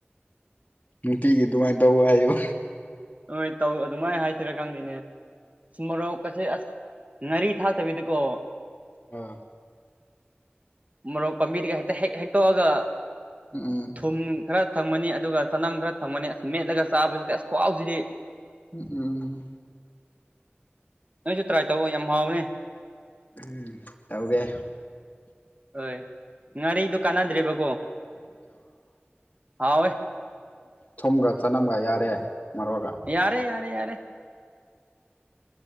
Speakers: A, on the left; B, on the right.
A: ꯅꯨꯡꯇꯤꯒꯤ ꯑꯗꯨꯃꯥꯏꯅ ꯇꯧꯋ‌ꯦ ꯍꯥꯏꯌꯣ
B: ꯍꯣꯏ ꯇꯧ ꯑꯗꯨꯃꯥꯏꯅ ꯍꯥꯏꯁꯤꯔꯥ ꯈꯪꯗ‌ꯦꯅꯦ ꯃꯣꯔꯣꯛ ꯀꯆ‌ꯦ ꯑꯁ ꯉꯥꯔꯤ ꯊꯥꯛꯇꯕꯤꯗꯀꯣ
A: ꯑꯥ
B: ꯃꯔꫭꯛ ꯄꯥꯝꯕꯤꯗꯒꯤ ꯍ‌ꯦꯛꯇꯥ ꯍ‌ꯦꯛ ꯍ‌ꯦꯛꯇꫭꯛꯑꯒꯥ
A: ꯎꯝ
B: ꯊꯨꯝ ꯈꯔ ꯊꯝꯃꯅꯤ ꯑꯗꯨꯒ ꯆꯅꯝ ꯈꯔ ꯊꯝꯃꯅꯤ ꯑꯁ ꯃꯦꯠꯂꯒ ꯆꯥꯕꯁꯤꯗꯤ ꯑꯁ ꯈ꯭ꯋꯥꯥꯎꯁꯤꯗꯤ
A: ꯎꯝ
B: ꯅꯪꯁꯨ ꯇ꯭ꯔꯥꯏ ꯇꯧꯋ‌ꯦ ꯌꯥꯝ ꯍꯥꯎꯕꯅꯦ
A: ꯎꯝ ꯇꯧꯒꯦ
B: ꯍꯣꯏ ꯉꯥꯔꯤꯗꯣ ꯀꯥꯟꯅꯗ꯭ꯔꯦꯕꯀꯣ ꯍꯥꯎꯋꯦ
A: ꯊꯨꯝꯒ ꯆꯅꯝꯒꯥ ꯌꯥꯔꯦ ꯃꯔꯣꯛꯒ
B: ꯌꯥꯔꯦ ꯌꯥꯔꯦ ꯌꯥꯔꯦ